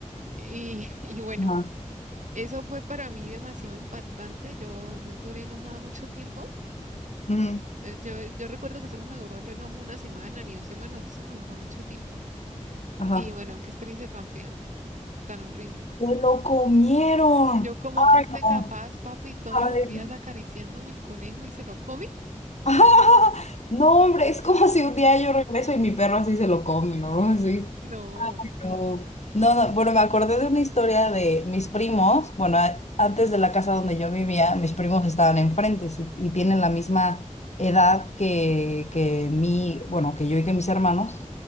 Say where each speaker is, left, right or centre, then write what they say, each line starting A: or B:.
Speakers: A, on the right (about 70°); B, on the left (about 60°).
A: Y, <laughs> y bueno,
B: ajá,
A: eso fue para mí demasiado impactante. Yo, yo duré enojada mucho tiempo
B: ujú,
A: yo, yo- yo recuerdo que eso no me duró no una semana ni dos semanas, eso me duró mucho tiempo.
B: ajá.
A: Y bueno, qué experiencia tan fea, tan horrible.
B: ¡Se lo comieron!
A: Yo, ¿cómo
B: ¡Ay,
A: fuiste
B: no!
A: capaz, papi, todos
B: ¡Ay,
A: los días
B: no!
A: acariciándome el conejo y se lo come?
B: <laughs> No, hombre, es como si un día yo regreso y mi perro así se lo come, ¿no? Así.
A: No.
B: No, no, no, bueno, me acordé de una historia de mis primos, bueno, a- antes de la casa donde yo vivía, mis primos estaban enfrente sí, y, tienen la misma edad que, que mi, bueno, que yo y que mis hermanos,